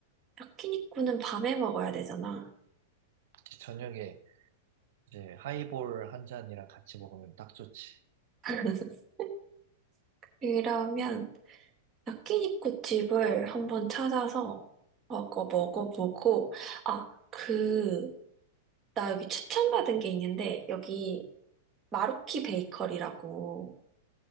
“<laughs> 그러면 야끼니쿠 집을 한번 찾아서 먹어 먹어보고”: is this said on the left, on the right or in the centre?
Right